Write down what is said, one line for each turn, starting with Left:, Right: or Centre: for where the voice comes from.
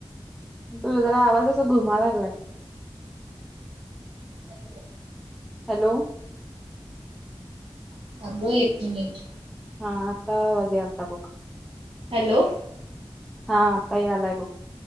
Centre: तुझ जरा आवाज अस घुमाला लागलाय
Right: हॅलो!
Centre: हॅलो!
Right: अग एक मिनिट
Centre: हा आता आवज आलता बघ
Right: हॅलो!
Centre: हा आताही आलाय बघ